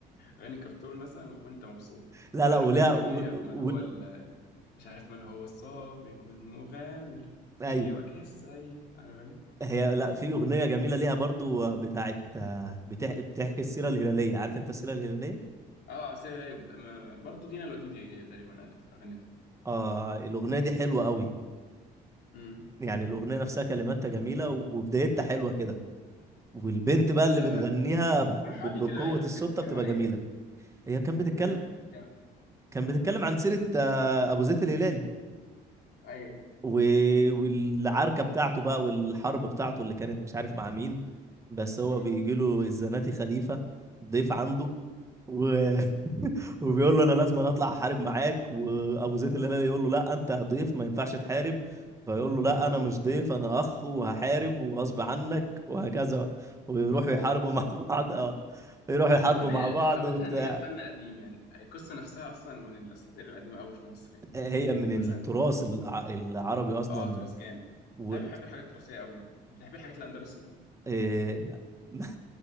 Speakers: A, on the left; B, on the right.
A: اغاني كرتون مثلا وانت مبسوط
B: لا
A: عارف
B: لا وليها
A: في
B: و...
A: اغنيه من
B: و...
A: هو ال- مش عارف من هو السابق المغامر في
B: أي...
A: وجه السيل عارفها دي
B: هي لا في اغنيه جميله ليها برضو آه، بتاعت آه، بتح... بتحكي السيره الهلاليه عارف انت السيره الهلاليه
A: اه سير رايب ما- ما- برضو دينا الوديدي تقريبا قالتها غنتها
B: اه الاغنيه دي حلوه قوي
A: امم
B: يعني الاغنيه نفسها كلماتها جميله و- وبدايتها حلوه كده والبنت بقى اللي
A: آه،
B: بتغنيها ب...
A: اشرحها لي
B: بقوه
A: كده يعني
B: الصوت
A: كانت بتتكلم
B: بتبقى
A: عن
B: جميله
A: ايه
B: هي كان
A: كانت
B: بتتكلم
A: بتغني بتتكلم
B: كان بتتكلم عن سيره آه، ابو زيد الهلالي
A: ايوه
B: و... والعركه بتاعته بقى والحرب بتاعته اللي كانت مش عارف مع مين بس هو
A: امم
B: بيجي له الزناتي خليفه ضيف عنده و... <laughs> وبيقول له انا لازم أنا اطلع احارب معاك وابو زيد الهلالي يقول له لا انت ضيف ما ينفعش تحارب فيقول له لا
A: امم
B: انا مش ضيف انا اخ وهحارب وغصب عنك وهكذا بقى ويروحوا
A: والله
B: يحاربوا مع <laughs> بعض اه يروحوا يحاربوا
A: عموما
B: مع بعض
A: حلاوتها
B: وبتاع
A: ان هي فن قديم يعني القصه نفسها اصلا من الاساطير القديمه قوي في مصر يعني
B: هي من
A: يعني
B: التراث
A: مثلا
B: الع- العربي اصلا
A: اه تراث جامد
B: و...
A: تعرف بحب الحاجات التراثيه قوي بتحب الحاجات الاندلسي
B: إيه... <laughs>